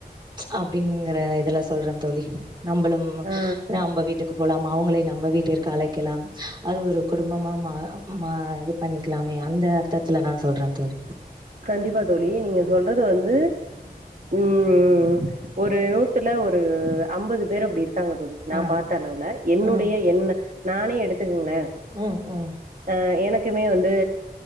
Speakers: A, on the right (about 25°); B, on the right (about 55°).
A: அப்டிங்கற இதுல சொல்றன் தோழி நம்பளும்
B: ஆ
A: நம்ப வீட்டுக்கு போலாமா அவுங்ளை நம்ப வீட்டிற்கு அழைக்கலாம் அது ஒரு குடும்பமா மா மா இது பண்ணிக்லாமே அந்த அர்த்தத்ல நா சொல்ற தோழி
B: கண்டிப்பா தோழி நீங்க சொல்றது வந்து ம் ஒரு நூத்துல ஒரு அம்பது பேரு அப்டி இருக்காங்க தோழி நா
A: ஆ
B: பாத்த அளவுல என்னுடைய
A: ம்
B: என்ன நானே எடுத்துகேங்ளே
A: ம் ம்
B: அ எனக்குமே வந்து